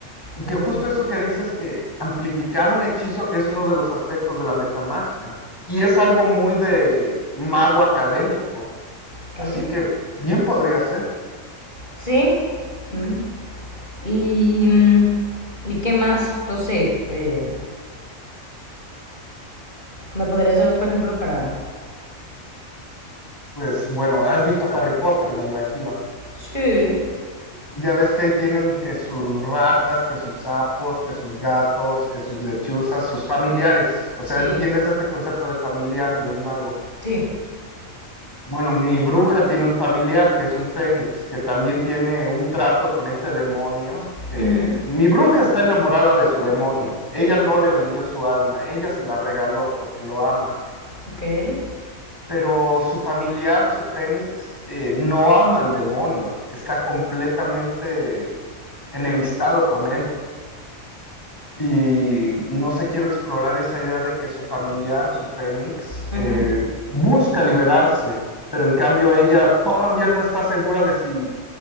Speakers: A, on the left; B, on the left.
A: Y
B: Oh,
A: que justo eso que dices que amplificar un hechizo es uno de los aspectos de la metamagia. Y es algo muy de mago académico.
B: ok.
A: Así que bien podría ser.
B: Sí. Mm. Y, mm, ¿y qué más? No sé, eh, ¿me podrías dar otro ejemplo para...?
A: Pues bueno, has visto Harry Potter, me imagino.
B: Sí.
A: Ya ves que ahí tienen que sus ratas, que sus sapos, que sus gatos, que sus lechuzas, sus familiares. O
B: Sí.
A: sea, ¿entiendes este concepto de familiar de un mago?
B: Sí.
A: Bueno, mi bruja tiene un familiar que es un fénix, que también tiene un trato con este demonio, que
B: Ujú.
A: mi bruja está enamorada de su demonio. Ella no le vendió su alma, ella se la regaló porque lo ama.
B: Ok.
A: Pero su familiar, su fénix, eh, no ama al demonio, está completamente enemistado con él. Y no sé, quiero explorar esa idea de que su familiar, su Fénix,
B: Ujú.
A: eh, busca liberarse, pero en cambio ella todavía no está segura de si